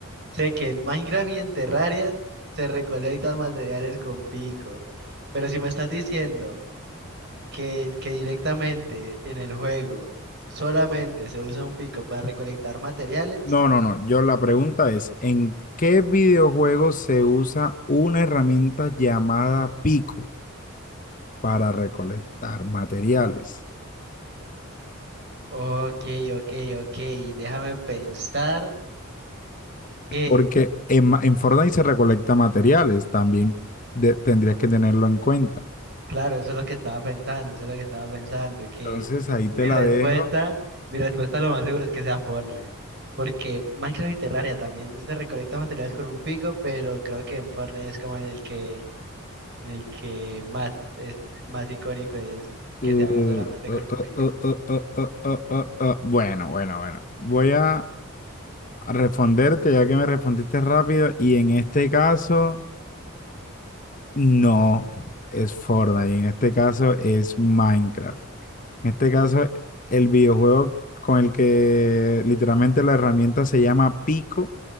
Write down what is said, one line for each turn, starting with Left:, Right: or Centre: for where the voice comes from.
Right: Sé que en Minecraft y en Terraria se recolectan materiales con pico, pero si me estás diciendo que, que directamente en el juego solamente se usa un pico para recolectar materiales,
Left: No, no, no. Yo la pregunta es, ¿en qué videojuego se usa una herramienta llamada pico para recolectar materiales?
Right: ok, ok, ok, déjame pensar que,
Left: Porque en, ma- en Fortnite se recolecta materiales, también de- tendrías que tenerlo en cuenta.
Right: claro, eso es lo que estaba pensando, eso es lo que estaba pensando, que
Left: Entonces ahí
Right: mi
Left: te la
Right: respuesta,
Left: dejo.
Right: mi respuesta lo más seguro es que sea Fortnite. Porque Minecraft y Terraria también se recolectan materiales con un pico, pero creo que en Fortnite es como en el que El que más es más icónico es que
Left: Uh,
Right: se haga solamente
Left: uh,
Right: con un
Left: uh,
Right: pico.
Left: uh, uh, uh, uh, uh, uh. uh. Bueno, bueno, bueno. Voy a a responderte ya que me respondiste rápido y en este caso no es Fortnite, en este caso es Minecraft. En este caso el videojuego con el que literalmente la herramienta se llama Pico